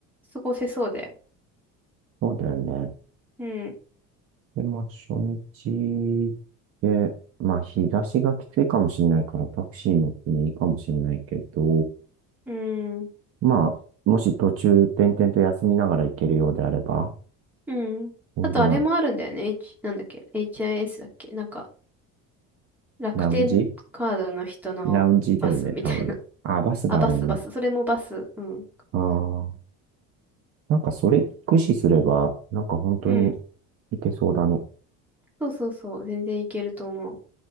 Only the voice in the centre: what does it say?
過ごせそうだよ。
うん、
うん、
うん。
あとあれもあるんだよね。H、なんだっけ ?HIS だっけなんか楽天カードの人のバスみたいな。
<laughs>
あ、バス、バス。それもバス。うん。
うん。
そうそうそう。全然いけると思う。